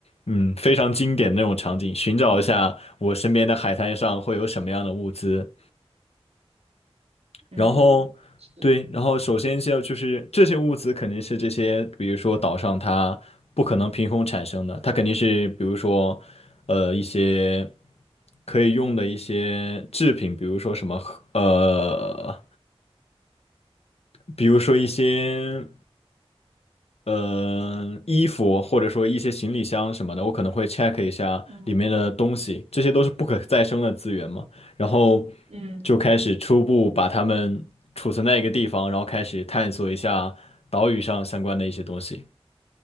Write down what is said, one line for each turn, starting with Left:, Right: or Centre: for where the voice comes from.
Left: 嗯，非常经典的那种场景，寻找一下我身边的海滩上会有什么样的物资，
Right: 嗯，
Left: 然后对，
Right: 是，
Left: 然后首先就就是这些物资肯定是这些，比如说岛上它不可能凭空产生的，它肯定是比如说呃一些可以用的一些制品，比如说什么呃，比如说一些。呃，衣服或者说一些行李箱什么的，我可能会 check 一下里面的东西，
Right: 嗯
Left: 这些都是不可再生的资源嘛。然后
Right: 嗯
Left: 就开始初步把它们储存在一个地方，然后开始探索一下岛屿上相关的一些东西。